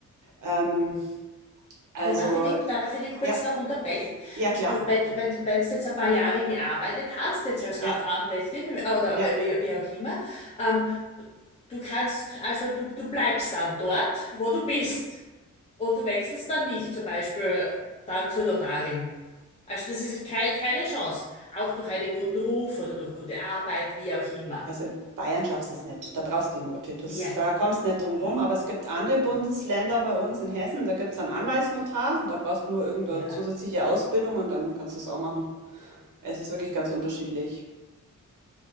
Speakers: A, on the right; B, on the left.
A: Ähm, also,
B: Und darf ich dich, darf ich dich kurz
A: ja,
B: noch unterbrechen?
A: ja, klar.
B: Du, wenn, wenn, wenn du jetzt ein paar Jahre gearbeitet hast, jetzt als A-
A: Ja,
B: Anwältin oder
A: ja.
B: wie, wie auch immer, ähm, Du kannst, also du, du bleibst dann dort, wo du bist. Und du wechselst dann nicht, zum Beispiel dann zur Notarin. Also das ist keine, keine Chance. Auch durch einen guten Ruf oder durch gute Arbeit, wie auch immer.
A: Also in Bayern schaffst du es nicht. Da brauchst du die Note. Das,
B: Wirk.
A: da kommst du nicht drum
B: <gasps>
A: rum. Aber es gibt andere Bundesländer bei uns in Hessen, da gibt es einen Anwaltsnotar. Da brauchst du nur irgendeine
B: Ja,
A: zusätzliche Ausbildung und dann kannst du es auch machen. Es ist wirklich ganz unterschiedlich.